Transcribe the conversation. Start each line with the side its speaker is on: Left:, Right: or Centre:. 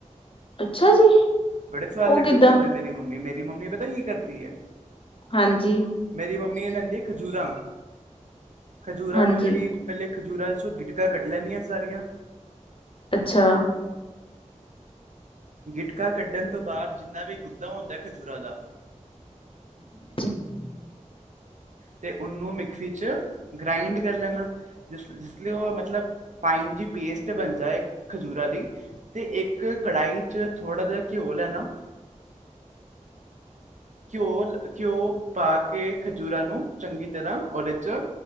Left: ਅੱਛਾ ਜੀ।
Right: ਬੜੇ ਸਵਾਦ
Left: ਉਹ
Right: ਲੱਡੂ
Left: ਕਿੱਦਾਂ
Right: ਬਨਾੰਦੇ ਮੇਰੀ ਮੰਮੀ, ਮੇਰੀ ਮੰਮੀ ਪਤਾ ਕੀ ਕਰਦੀ ਏ
Left: ਹਾਂਜੀ
Right: ਮੇਰੀ ਮੰਮੀ ਇਹ ਲੈਂਦੀ ਏ ਖਜੂਰਾਂ, ਖਜੂਰਾਂ
Left: ਹਾਂਜੀ
Right: ਨੂੰ ਜੇਹੜੀ ਪਹਿਲੇ ਖਜੂਰਾ ਚੋਂ ਗਿਟਕਾਂ ਕੱਢ ਲੈਂਨੀਆਂ ਸਾਰੀਆਂ
Left: ਅੱਛਾ।
Right: ਗਿਟਕਾ ਕੱਢਣ ਤੋਂ ਬਾਅਦ ਜਿੰਨਾ ਵੀ ਗੁੱਦਾ ਹੁੰਦਾ ਖਜੂਰਾਂ ਦਾ
Left: <inaudible>
Right: ਤੇ ਉਹਨੂੰ ਮਿਕਸੀ ਚ ਗ੍ਰਾਇੰਡ ਕਰ ਲੈਣਾ ਜਿਸ-ਜਿਸ ਲਈ ਓ ਮਤਲਬ ਫਾਈਨ ਜੀ ਪੇਸਟ ਬਨ ਜਾਏ ਖਜੂਰਾਂ ਦੀ ਤੇ ਇੱਕ ਕੜਾਈ ਚ ਥੋੜਾ ਜਾ ਘਿਓ ਲੈਨਾ ਘਿਓ-ਘਿਓ ਪਾ ਕੇ ਖਜੂਰਾਂ ਨੂੰ ਚੰਗੀ ਤਰਾਂ ਔਰ ਏ ਚ,